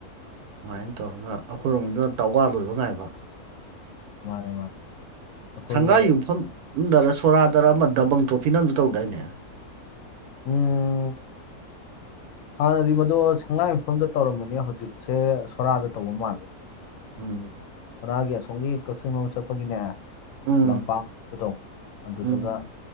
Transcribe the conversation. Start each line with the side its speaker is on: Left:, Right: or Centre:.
Right: ꯁꯨꯃꯥꯏꯅ ꯇꯧꯔꯒ ꯑꯩꯈꯣꯏꯔꯣꯝꯒꯤꯗꯨꯅ ꯇꯥꯎꯋꯥ ꯂꯣꯏꯕ ꯉꯥꯏꯕ
Left: ꯃꯥꯅꯦ ꯃꯥꯅꯦ ꯑꯩꯈꯣꯏꯒꯤ
Right: ꯁꯪꯒꯥꯏ ꯌꯨꯝꯐꯝꯗꯔ ꯁꯣꯔꯥꯗꯔ ꯑꯃ ꯗꯕꯪ ꯇ꯭ꯔꯣꯐꯤꯅ ꯑꯃꯁꯨ ꯇꯧꯗꯏꯅꯦ
Left: ꯎꯝ ꯍꯥꯟꯅꯗꯤ ꯃꯗꯨꯣ ꯁꯉꯥꯏ ꯃꯨꯝꯐꯝꯗ ꯇꯧꯔꯝꯕꯅꯦ ꯍꯧꯖꯤꯛꯁꯦ ꯁꯣꯔꯥꯗ ꯇꯧꯕ ꯃꯥꯜꯂꯦ
Right: ꯎꯝ
Left: ꯕꯣꯔꯥꯒꯤ ꯑꯁꯣꯝꯒꯤ ꯀꯛꯆꯤꯡ ꯑꯃ ꯆꯠꯄꯒꯤꯅꯦ
Right: ꯎꯝ
Left: ꯂꯝꯄꯥꯛꯄꯗꯣ ꯑꯗꯨꯗꯒ
Right: ꯎꯝ